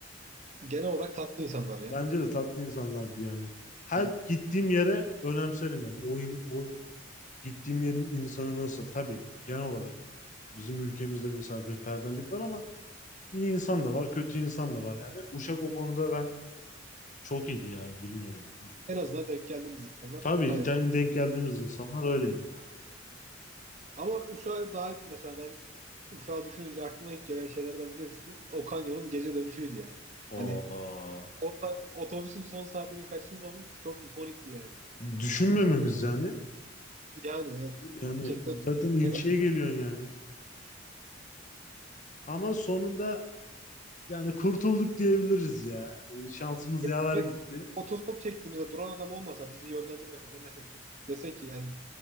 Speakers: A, on the right; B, on the left.
A: Genel olarak tatlı insanlar ya.
B: Bence de tatlı insanlardı yani. Her
A: Evet.
B: gittiğim yere önemserim yani. O, o gittiğim yerin insanı nasıl? Tabii genel olarak bizim ülkemizde misafirperverlik var ama İyi insan da var, kötü insan da var yani. Uşak o konuda ben çok iyiydi ya, bilmiyorum.
A: En azından denk geldiğimiz insanlar
B: Tabii
A: bayağı
B: yani denk geldiğimiz insanlar öyleydi yani.
A: Ama Uşak'a dair mesela ben Uşak'ı düşününce aklıma ilk gelen şeylerden birisi Okan Yol'un gece dönüşüydü yani. Hani
B: Aa,
A: orada otobüsün son saatlerini kaçırmamız çok ikonikti yani. Hani
B: düşünmememiz yani.
A: yani evet.
B: Yani
A: Gerçekten
B: zaten ilçeye
A: ne kadar
B: geliyorsun yani. Ama sonunda yani kurtulduk diyebiliriz ya. Şansımız
A: Ya,
B: yaver
A: evet,
B: gitti.
A: otostop çektiğimizde duran adam olmasa bizi yönlendirmese demese ki dese ki yani